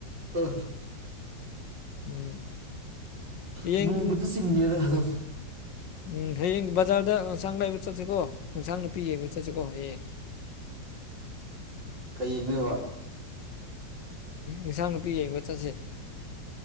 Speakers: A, on the right; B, on the left.
A: ꯑ
B: ꯎꯝ ꯌꯦꯡ
A: ꯃꯨꯕꯗ ꯆꯤꯡꯗꯦꯗ ꯑꯗꯣ
B: ꯎꯝ ꯍꯌꯦꯡ ꯕꯖꯥꯔꯗ ꯏꯟꯁꯥꯡ ꯂꯩꯥꯕ ꯆꯠꯁꯤꯀꯣ ꯏꯟꯁꯥꯡ ꯅꯥꯄꯤ ꯌꯦꯡꯕ ꯆꯠꯁꯤꯀꯣ ꯍꯌꯦꯡ
A: ꯀꯩ ꯌꯦꯡꯅꯕ
B: ꯏꯟꯁꯥꯡ ꯅꯨꯄꯤ ꯌꯦꯡꯕ ꯆꯠꯁꯦ